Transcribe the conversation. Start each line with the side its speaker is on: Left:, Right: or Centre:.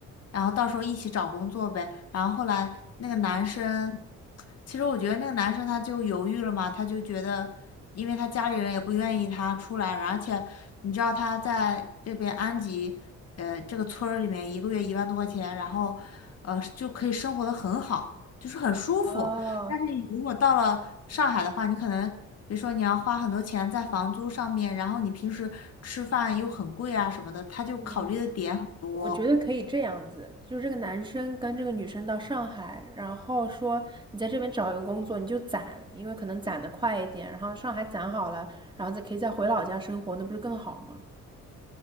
Left: 然后到时候一起找工作呗。然后后来那个男生，其实我觉得那个男生他就犹豫了嘛，他就觉得，因为他家里人也不愿意他出来，而且你知道他在这边安吉，呃，这个村儿里面一个月一万多块钱，然后，呃，就可以生活的很好，就是很舒服。
Right: 哦，
Left: 你如果到了上海的话，你可能。比如说你要花很多钱在房租上面，然后你平时吃饭又很贵啊什么的，他就考虑的点很多。
Right: 嗯，我觉得可以这样子，就是这个男生跟这个女生到上海，然后说你在这边找一个工作，你就攒，因为可能攒的快一点，然后上海攒好了，然后再可以再回老家生活，那不是更好吗？